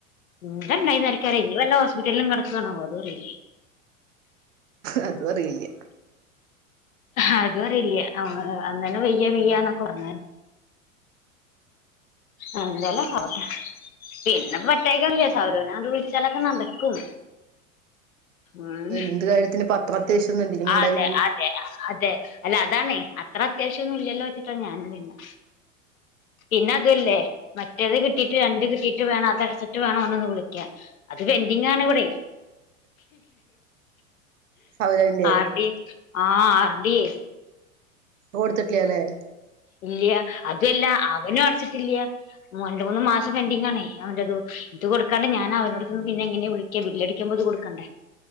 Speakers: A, on the left (about 75°); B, on the right (about 65°).
A: <unintelligible> ഇനി ഹോസ്പിറ്റലിലും കടുകാണാവോ അത് അറിയില്ലേ
B: അതും അറിയില്ല
A: അത് അറിയില്ല അന്ന അന്നെ വെയ്യ വെയ്യന്നൊക്കെ പറഞ്ഞ എന്തേലൊക്കെ
B: ഉം
A: ആകട്ടെ പിന്നെ <unintelligible> സൗരവനെ ആട്ട് വിളിച്ചാലൊക്കെ നടക്കും ഉം
B: എന്ത് കാര്യത്തിന് പത്ര അത്യാവ്യം ഒന്നും ഇല്ല ഇജ് മിണ്ടായിരിക്ക്
A: അതെ അതെ അതെ അല്ല അതാണെ അത്ര അത്യാവശ്യംന്നും ഇല്ലല്ലോ വെച്ചിട്ടാണ് ഞാനും പിന്നെ പിന്നെ അതല്ലേ മറ്റേത് കിട്ടിയിട്ട് രണ്ട് കിട്ടിയിട്ട് വേണം അടച്ചിട്ട് വേണ ഒന്ന് വിളിക്ക അത് പെൻഡിങ്ങ ആണ ഇവിടെ
B: സൗരവിന്റെ
A: ആർ
B: അത്
A: ഡി ആഹ് ആർ ഡി
B: കൊടുത്തിട്ടില്ലാല്ലേ
A: ഇല്ലയ അതുല്ല അവനും അടച്ചിട്ടില്ല മ ര മൂന്ന് മാസം പൻഡിങ്ങ ആണേ അവന്റെ അത് ഇത് കൊടുക്കാണ്ട് ഞാൻ അവനടുത്ത്ന്ന് പിന്നെ എങ്ങനെ വിളിക്കാ ബില്ലല്ടിക്കുമ്പോ ഇത് കൊടുക്കണ്ടെ